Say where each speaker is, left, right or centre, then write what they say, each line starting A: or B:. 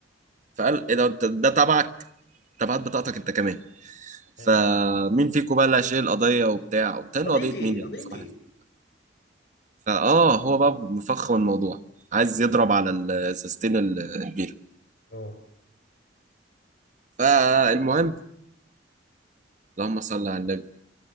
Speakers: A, on the right; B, on the left.
A: فقال ايه ده انت ده تبعك تبعت بطاقتك انت كمان فمين
B: اه
A: فيكم بقى اللي هيشيل القضيه وبتاع قلت له
B: قضيتي
A: قضيه
B: ايه
A: مين يا
B: قضيتي
A: عم صباح
B: ايه
A: الفل فاه هو بقى مفخم الموضوع عايز
B: اه
A: يضرب على السستين البير
B: آه.
A: فالمهم اللهم صل على النبي